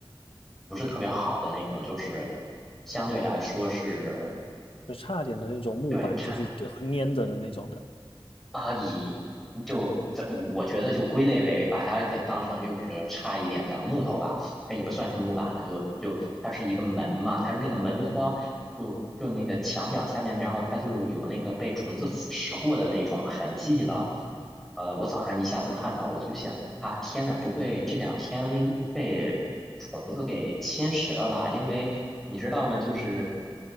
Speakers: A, in the centre; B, on the left (about 75°).
A: 不是特别好的那种，就是相对来说是
B: 就差点的那种木板，
A: 对差。
B: 就是呃 <laughs> 粘着的那种的。
A: 啊，以不这我觉得就归类为把它给当成就是差一点的木头吧，它也不算是木板了，就就它是一个门嘛，它是那个门框，就就那个墙角下面，然后它就有那个被虫子腐蚀过的那种痕迹了。呃，我早上一下子看到，我就想啊，天呐，不会这两天被虫子给侵蚀了吧？因为你知道吗，就是